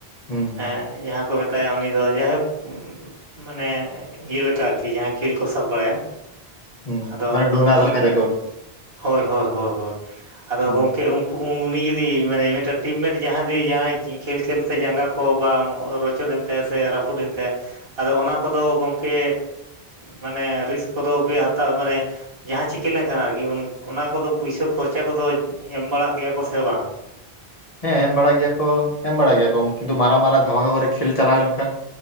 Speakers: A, on the left; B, on the right.
A: ᱦᱩᱸ ᱦᱩᱸ
B: ᱦᱮᱸ ᱡᱟᱦᱟᱸ ᱠᱚ ᱢᱮᱛᱟᱭᱟ ᱩᱱᱤ ᱫᱚ ᱡᱟᱭᱦᱳᱠ ᱢᱟᱱᱮ ᱤᱭᱟᱹ ᱞᱮᱠᱟ ᱟᱨᱠᱤ ᱡᱟᱦᱟᱸᱭ ᱠᱷᱮᱞ ᱠᱚ ᱥᱟᱵ ᱵᱟᱲᱟᱭᱟ,
A: ᱦᱩᱸ
B: ᱟᱫᱚ
A: ᱢᱟᱱᱮ ᱰᱳᱱᱟᱨ
B: ᱚᱱᱠᱟ᱾
A: ᱞᱮᱠᱟ ᱡᱟᱠᱮ ᱵᱚᱞᱮ
B: ᱦᱳᱭ ᱦᱳᱭ ᱦᱳᱭ ᱦᱳᱭ ᱟᱫᱚ
A: ᱦᱩᱸ
B: ᱜᱚᱝᱠᱮ ᱚᱱ ᱩᱱᱤ ᱡᱩᱫᱤ ᱢᱟᱱᱮ ᱢᱤᱫᱴᱟᱝ ᱴᱤᱢᱢᱮᱴ ᱡᱟᱦᱟᱸᱭ ᱡᱩᱫᱤ ᱡᱟᱦᱟᱸᱭ ᱠᱷᱮᱞ ᱠᱷᱮᱞ ᱛᱮ ᱡᱟᱸᱜᱟ ᱠᱚ ᱵᱟᱢ ᱨᱚᱪᱚᱫ ᱮᱱ ᱛᱟᱭᱟ ᱥᱮ ᱨᱟᱹᱯᱩᱫ ᱮᱱ ᱛᱟᱭᱟ, ᱟᱫᱚ ᱚᱱᱟ ᱠᱚᱫᱚ ᱜᱚᱝᱠᱮ ᱢᱟᱱᱮ ᱨᱤᱠᱤᱥᱠ ᱠᱚᱫᱚ ᱯᱮ ᱦᱟᱛᱟᱣ ᱢᱟᱱᱮ ᱡᱟᱦᱟᱸ ᱪᱤᱠᱟᱹ ᱞᱮᱱᱠᱷᱟᱱ ᱟᱨᱠᱤ᱾ ᱤᱭᱟᱹ ᱚᱱᱟ ᱠᱚᱫᱚ ᱯᱩᱭᱥᱟᱹ ᱠᱷᱚᱨᱪᱟ ᱠᱚᱫᱚ ᱮᱢ ᱵᱟᱲᱟᱜ ᱜᱮᱭᱟ ᱠᱚ ᱥᱮ ᱵᱟᱝ?
A: ᱦᱮᱸ ᱮᱢ ᱵᱟᱲᱟ ᱜᱮᱭᱟ ᱠᱚ, ᱮᱢ ᱵᱟᱲᱟ ᱜᱮᱭᱟ ᱠᱚ ᱠᱤᱱᱛᱩ ᱢᱟᱨᱟᱝ ᱢᱟᱨᱟᱝ ᱫᱷᱟᱢᱟᱠᱟ ᱠᱚᱨᱮ ᱠᱷᱮᱞ ᱪᱟᱞᱟᱣ ᱞᱮᱱᱠᱷᱟᱱ